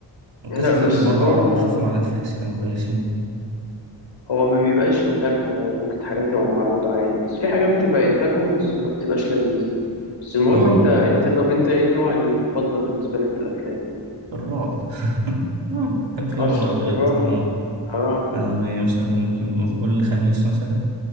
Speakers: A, on the right (about 80°); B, on the left (about 80°).
A: وكذا
B: لا
A: فيلم
B: بس
A: برضه
B: هو
A: عربي بشوفهم على نتفليكس كانوا كويسين
B: هو ما بيبقاش إنتاجهم هو ممكن حاجات تبقى معروضة عادي بس في حاجات بتبقى إنتاجهم بس ما بتبقاش لذيذة بس المهم
A: اه
B: أنت أنت طب أنت إيه النوع المفضل بالنسبة لك في الأفلام؟
A: الرعب <laughs> بحب افلام
B: أصلا
A: الرعب جدا
B: الرعب
A: اه
B: آه
A: يعني زي مثلا ممكن نقول كل خميس مثلا